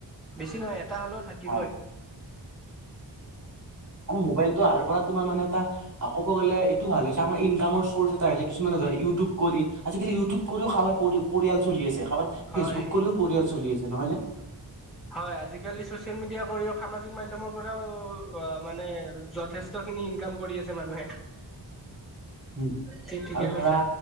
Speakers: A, in the centre; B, on the right.
A: বেছি নহয় এটা হ'লেও থাকিবই।
B: হয় আৰু মোবাইলটো আহাৰ পৰা তোমাৰ মানে এটা ক'ব গ'লে এইটো ভাল হৈছে, আমাৰ ইনকামৰ চ'ৰ্চ তাৰে কিছুমানে ধৰা, ইউটিউব কৰি, আজি-কালি ইউটিউব কৰিও খাবা পৰিয়াল চলি আছে আমাৰ ফেচবুক
A: হয়
B: কৰিও পৰিয়াল চলি আছে নহয় ন
A: হয় আজিকালি চচিয়েল মিডিয়া কৰি সামাজিক মাধ্্যমৰ পৰাও অ মানে যথেষ্ট খিনি ইনকাম কৰি আছে মানুহে
B: উম
A: ঠিক ঠিকে
B: আৰু ধৰা
A: কৈছা